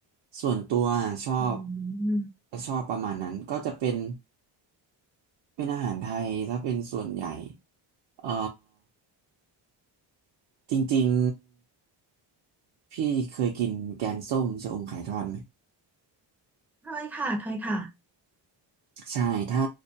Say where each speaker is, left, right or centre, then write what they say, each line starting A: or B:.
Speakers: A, on the right (about 70°); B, in the centre.
A: ส่วนตัวชอบ
B: อืม
A: จะชอบประมาณนั้นก็จะเป็นเป็นอาหารไทยถ้าเป็นส่วนใหญ่เอ่อจริงๆพี่เคยกินแกงส้มชะอมไข่ทอดไหม
B: เคยค่ะเคยค่ะ
A: ใช่ถ้า